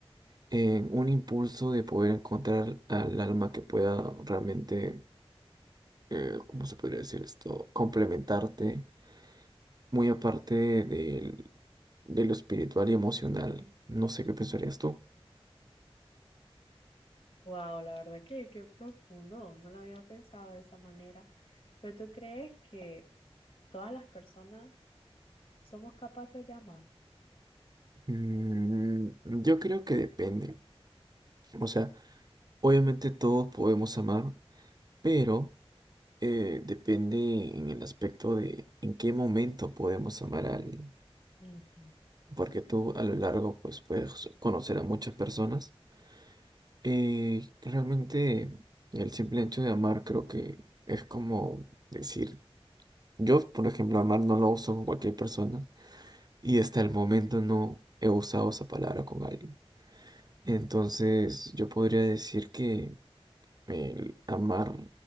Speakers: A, on the right; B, on the left.
A: en un impulso de poder encontrar al alma que pueda realmente, eh, ¿cómo se podría decir esto? Complementarte, muy aparte del, de lo espiritual y emocional. No sé qué pensarías tú.
B: Wow, la verdad que qué profundo, no lo había pensado de esa manera. Pero ¿tú crees que todas las personas Somos capaces de amar.
A: Mm, yo creo que depende. O sea, Obviamente todos podemos amar, pero eh, depende en el aspecto de en qué momento podemos amar a alguien.
B: Ujú.
A: Porque tú a lo largo pues puedes conocer a muchas personas. Eh, realmente el simple hecho de amar creo que es como decir, yo por ejemplo amar no lo uso con cualquier persona y hasta el momento no he usado esa palabra con alguien. Entonces yo podría decir que el amar